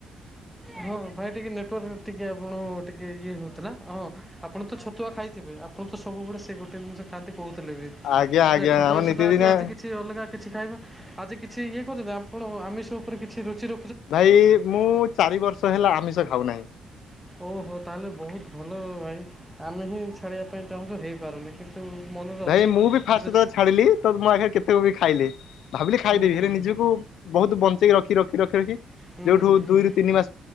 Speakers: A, in the centre; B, on the left (about 80°).
A: ହଁ ଭାଇ ଟିକେ, ନେଟୱାର୍କ ଟିକେ ଆପଣ ଟିକେ, ଇଏ ହଉଥିଲା ହଁ ଆପଣ ତ ଛତୁଆ ଖାଇଥିବେ ଆ ଆପଣ ତ ସବୁବେଳେ, ସେ ଗୋଟେ ଜିନିଷ ଖାଆନ୍ତି କହୁଥିଲେ ବି,
B: ଆଜ୍ଞା ଆଜ୍ଞା
A: ନାଇଁ ଛତ୍ ଛତୁଆ
B: ଆମ
A: ସେଟା
B: ନିତିଦିନିଆ
A: ଆଜି ଆଜି କିଛି ଅଲଗା କିଛି ଖାଇବା, ଆଜି କିଛି ଇଏ କରୁଛନ୍ତି, ଆପଣ ଆମିଷ ଉପରେ କିଛି ରୁଚି ର
B: ଭାଇ ମୁଁ ଚାରି ବର୍ଷ ହେଲା, ଆମିଷ ଖାଉ ନାହିଁ
A: ଓହୋ ତାହେଲେ ବହୁତ ଭଲ ଭାଇ, ଆମେ ହିଁ ଛାଡ଼ିବା ପାଇଁ ଚାହୁଁଛୁ, ହେଇପାରୁନି କିନ୍ତୁ ମନରେ ଅଛି
B: ଭାଇ ମୁଁ ବି ଫାଷ୍ଟ
A: କିନ୍ତୁ
B: ଯେତେବେଳେ ଛାଡିଲି ତ ମୋ ଆଗରେ କେତେ କ ବି ଖାଇଲେ। ଭାବିଲି ଖାଇଦେବି,
A: ହୁଁ ହୁଁ
B: ହେଲେ
A: ହୁଁ
B: ନିଜକୁ ବହୁତ ବଞ୍ଚେଇକି ରଖି ରଖି ରଖି ରଖି
A: ହୁଁ
B: ଯୋଉଠୁ
A: ହୁଁ ହୁଁ
B: ଦୁଇ ରୁ ତିନି ମାସ